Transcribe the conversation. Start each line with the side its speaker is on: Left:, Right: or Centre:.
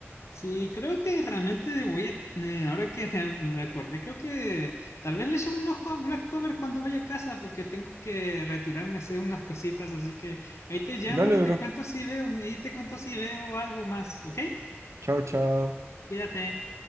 Left: sí, creo que realmente voy a, eh, ahora que <laughs> me acordé, creo que tal vez le eche un ojo a Black Cover cuando vaya a casa, porque tengo que retirarme a hacer unas cositas, así que ahí te llamo
Right: Dale,
Left: y te
Right: bro.
Left: cuento si veo, ahí te cuento si veo algo más, ¿ok?
Right: Chao, chao.
Left: Cuídate.